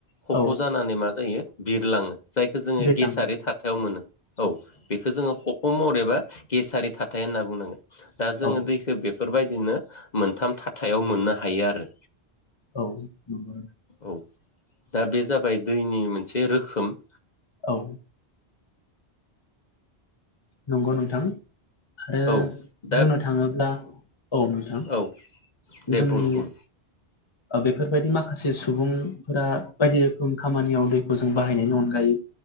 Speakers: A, on the left (about 45°); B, on the left (about 30°).
A: खफ'
B: औ
A: जानानै मा जायो बिरलाङो जायखौ जोङो
B: दैज्लां
A: गेसारि थाथायाव मोनो। औ बेखौ जोङो खफ महरै एबा गेसारि थाथाय होनना बुंनांगोन। दा जोङो
B: औ
A: दैखौ बेफोर बायदिनो मोनथाम थाथायाव मोननो हायो आरो।
B: औ नंगौ नोंथां।
A: औ दा बे जाबाय दैनि मोनसे रोखोम ।
B: औ। नंगौ नोंथां ओ
A: औ दा
B: बुंनो थाङोब्ला औ नोंथां
A: औ दे
B: जोंनि
A: बुं बुं
B: बेफोर बायदि माखासे सुबुंफोरा बायदि रोखोम खामानियाव दैखौ जों बाहायनायनि अनगायै